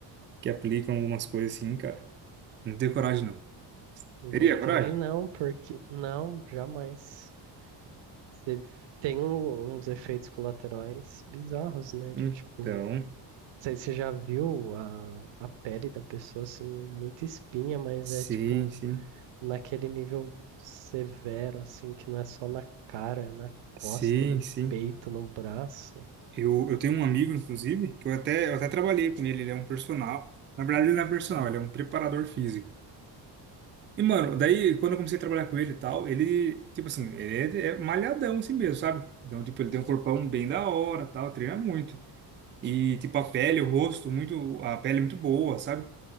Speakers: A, on the right; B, on the right.
A: que aplicam algumas coisas assim, cara. Não tenho coragem, não.
B: Eu
A: Teria coragem?
B: também não, porque não, jamais. Você tem um- uns efeitos colaterais bizarros, né?
A: Então,
B: De tipo, não sei se você já viu a, a pele da pessoa, assim, muita espinha, mas
A: sim,
B: é tipo
A: sim.
B: naquele nível severo, assim, que não é só na cara, é na costa,
A: Sim,
B: no
A: sim.
B: peito, no braço.
A: Eu, eu tenho um amigo, inclusive, que eu até, eu até trabalhei com ele. Ele é um personal. Na verdade, ele não é personal, ele é um preparador físico. E, mano, daí, quando eu comecei a trabalhar com ele e tal, ele, tipo assim, ele é, é malhadão assim mesmo, sabe? Então, tipo, ele tem um corpão bem da hora, tal, treina muito. E, tipo, a pele, o rosto, muito, a pele é muito boa, sabe?